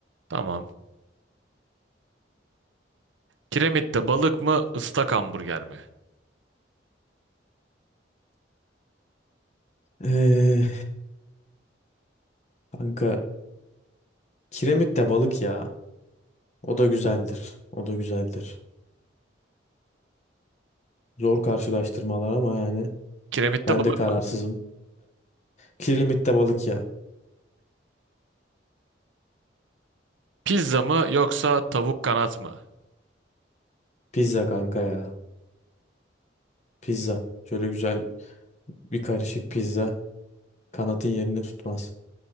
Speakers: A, on the right; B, on the left.
A: Tamam. Kiremitte balık mı, ıslak hamburger mi?
B: Ee, kanka kiremit de balık ya. O da güzeldir. O da güzeldir. Zor karşılaştırmalar ama yani
A: Kiremitte
B: ben
A: balık
B: de kararsızım. Kiremitte balık ya.
A: pizza mı yoksa tavuk kanat mı?
B: Pizza kanka ya. Pizza. Şöyle güzel bir karışık pizza. Kanatın yerini tutmaz.